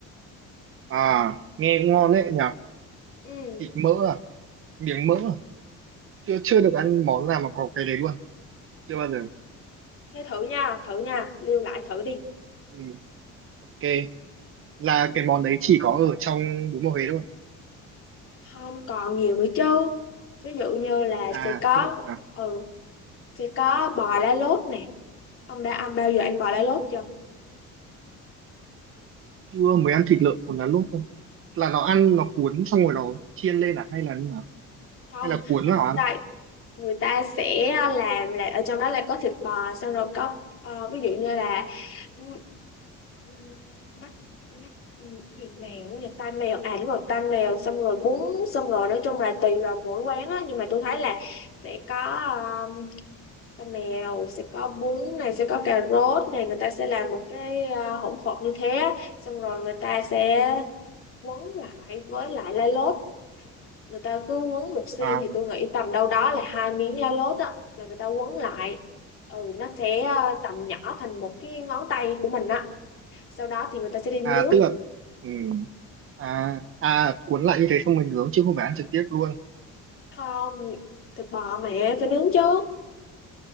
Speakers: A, on the right (about 45°); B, on the left (about 45°).
A: à nghe cũng ngon đấy nhỉ
B: ừ
A: thịt mỡ à miếng mỡ à chưa chưa
B: Ừ.
A: được ăn món nào mà có cái đấy luôn chưa bao giờ
B: thế thử nha thử nha lưu lại thử đi
A: ừ, ok là cái món đấy chỉ có ở trong bún bò Huế thôi
B: không còn nhiều nữa chứ ví dụ như là
A: à,
B: sẽ có
A: tức là
B: ừ sẽ có bò lá lốt nè ông đã ăn bao giờ ăn bò lá lốt chưa
A: chưa mới ăn thịt lợn cuốn lá lốt thôi là nó ăn nó cuốn xong rồi nó chiên lên à hay là như nào
B: không
A: hay là cuốn
B: ở
A: vào
B: trong
A: ăn
B: đây người ta sẽ làm là ở trong đó là có thịt bò xong rồi có ờ, ví dụ như là ừ, ừ, mắt mắt ừ, gì mèo nhỉ tai mèo à đúng rồi tai mèo xong rồi bún xong rồi nói chung là tùy vào mỗi quán á nhưng mà tôi thấy là sẽ có ờ, tai mèo sẽ có bún này sẽ có cà rốt này người ta sẽ làm một cái ờ, hỗn hợp như thế á. xong rồi người ta sẽ quấn lại với lại lá lốt người ta cứ quấn một xiên
A: à
B: thì tôi nghĩ tầm đâu đó là hai miếng lá lốt á là người ta quấn lại ừ nó sẽ ờ, tầm nhỏ thành một cái ngón tay của mình á sau đó thì người ta sẽ đi nướng
A: À tức là ừ. À à cuốn lại như thế xong mình nướng chứ không phải ăn trực tiếp luôn.
B: không thịt bò mẹ phải nướng chứ